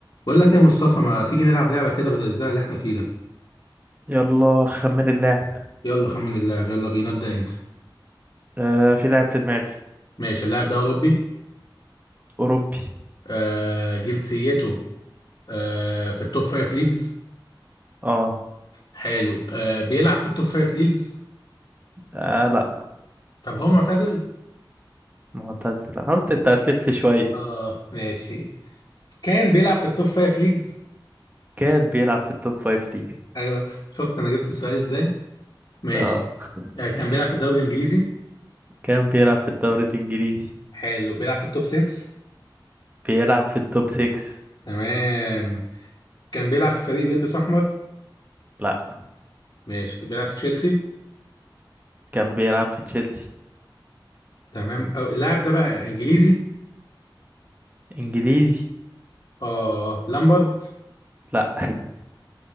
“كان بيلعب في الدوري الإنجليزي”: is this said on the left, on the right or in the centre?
Right